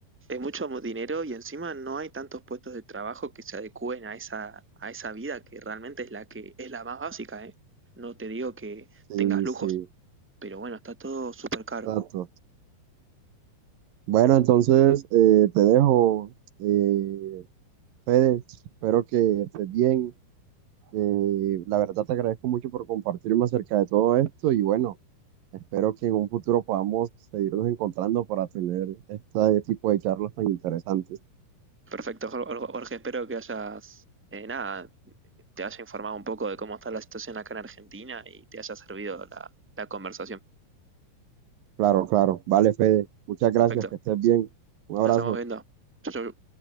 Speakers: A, in the centre; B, on the right.
A: Es mucho mo- dinero y encima no hay tantos puestos de trabajo que se adecúen a esa, a esa vida que realmente es la que es la más básica, ¿eh? No te digo que
B: Sí,
A: tengas lujos,
B: sí,
A: pero bueno, está todo súper caro.
B: exacto. Bueno, entonces eh, te dejo, eh, Fede, espero que estés bien. Eh, la verdad te agradezco mucho por compartirme acerca de todo esto y bueno. Espero que en un futuro podamos seguirnos encontrando para tener este tipo de charlas tan interesantes.
A: Perfecto, Jor- Jor- Jorge, espero que hayas, eh, nada, te haya informado un poco de cómo está la situación acá en Argentina y te haya servido la, la conversación.
B: Claro, claro. Vale, Fede. Muchas gracias.
A: Perfecto,
B: Que estés bien. Un
A: nos
B: abrazo.
A: estamos viendo. Chau, chau.